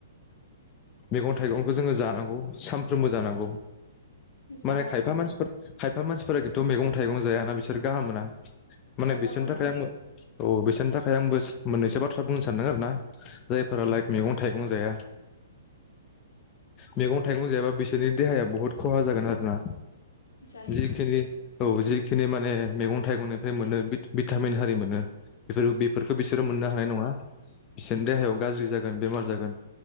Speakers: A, on the left; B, on the left.
A: मेगं थाइगंखो जोङो जानांगौ। सामफ्रोमबो जानांगौ
B: जानांगौ
A: माने खायफा मानसिफोर खायफा मानसिफोरा खिन्थु मेगं थाइगं जायाना बिसोर गाहाम मोना। माने
B: मोजां
A: बिसोरनि
B: मोना
A: थाखाय आं औ बिसोरनि थाखाय आंबो मोननैसो बाथ्रा बुंनो सानदों आरो ना जायफोरा लाइक मैगं थाइगं जाया मैगं थाइगं जायाबा बिसोरनि देहाया बहुत खहा जागोन आरो ना?
B: जायो
A: जिखिनि औ जिखिनि माने मैगं थाइगंनिफ्राय मोनो भिटामिन हारि मोनो बेफोर बेफोरखो बिसोरो मोननो हानाय नङा बिसोरनि देहायाव गाज्रि जागोन बेमार जागोन।